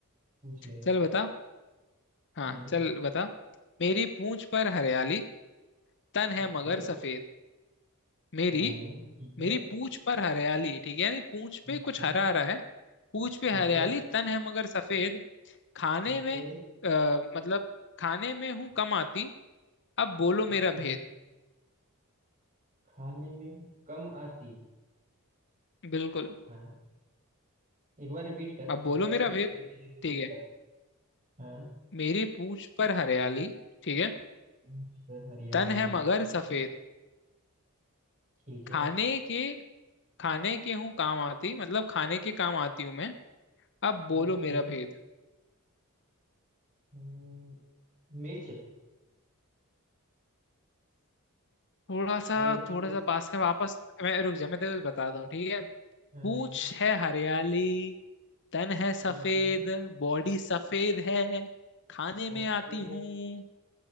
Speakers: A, on the right; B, on the left.
A: पूछ ले
B: चल बता हाँ
A: हम्म
B: चल बता मेरी पूंछ पर हरियाली तन है
A: ओके
B: मगर सफेद मेरी
A: हम्म, ठीक है
B: मेरी पूंछ पर हरियाली ठीक है यानी पूंछ पे
A: ओके
B: कुछ हरा हरा है पूंछ पे
A: ठीक
B: हरियाली
A: है
B: तन है मगर सफेद खाने
A: ओके
B: में आ, मतलब खाने में हूं कम आती अब बोलो
A: अच्छा
B: मेरा भेद
A: खाने में कम आती
B: बिल्कुल
A: हाँ एक बार रिपीट कर
B: अब बोलो
A: दोबारा
B: मेरा
A: रिपीट
B: भेद
A: कर धीरे धीरे रिपीट
B: ठीक है
A: कर हाँ
B: मेरी पूंछ पर हरियाली ठीक है
A: मुझ पे हरियाली
B: तन है मगर
A: ओके
B: सफेद
A: ठीक है
B: खाने के खाने के हूँ काम आती मतलब खाने के काम आती हूँ मैं अब बोलो
A: ओके
B: मेरा भेद
A: हम्म, मिर्च
B: थोड़ा सा
A: अ, लेकिन
B: थोड़ा
A: मिर्च
B: सा पास है वापस मैं रुक जा मैं तेरे को बताता हूँ ठीक है
A: हाँ
B: पूंछ है हरियाली तन है सफेद
A: ठीक है
B: बॉडी सफेद है खाने में
A: ओके
B: आती हूँ